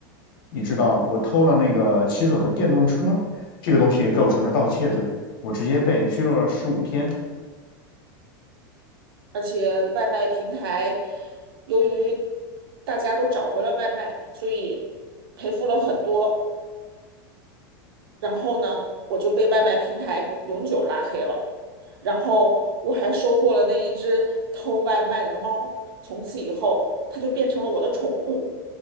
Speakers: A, on the left (about 70°); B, on the right (about 80°).
A: 你知道我偷了那个骑手的电动车，这个东西构成了盗窃罪，我直接被拘留了十五天。
B: 而且外卖平台，由于大家都找回了外卖，所以赔付了很多。然后呢，我就被外卖平台永久拉黑了。然后我还收获了那一只偷外卖的猫，从此以后它就变成了我的宠物。